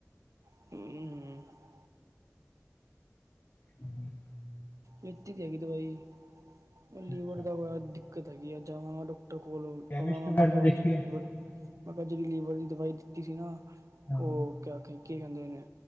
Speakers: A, on the right; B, on the left.
A: <unintelligible>
B: <inaudible>
A: ਲਿੱਤੀ ਤੇ ਹੇਗੀ ਦਵਾਈ, ਲੀਵਰ
B: ਅੱਛਾ
A: ਦਾ ਬੜਾ ਦਿੱਕਤ ਹੈਗੀ ਏ ਜਾਵਾਂ ਉਦੇ ਕੋਲ
B: ਕੈਮਿਸਟ
A: ਕਹਾਂਗਾ
B: ਵਗੈਰਾ
A: ਮੈਂ ਕਿਹਾ
B: ਤਾਂ ਦੇਖੀ
A: ਜਿਹੜ
B: ਹੈ
A: ਲਵਰ ਮੈਂ ਕਿਹਾ ਜਿਹੜੀ ਲੀਵਰ ਦੀ ਦਵਾਈ ਦਿੱਤੀ ਸੀ ਨਾ
B: ਹਾਂ
A: ਉਹ
B: ਹਾਂ
A: ਕ ਕੇ ਕੀ ਕਹਿੰਦੇ ਨੇ